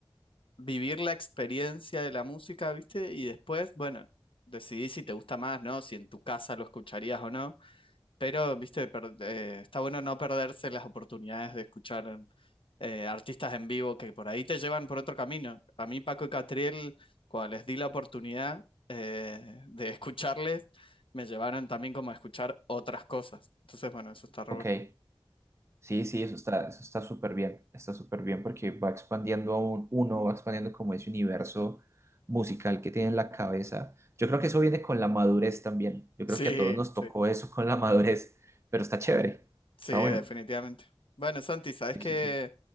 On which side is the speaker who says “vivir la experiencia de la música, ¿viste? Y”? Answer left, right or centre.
Left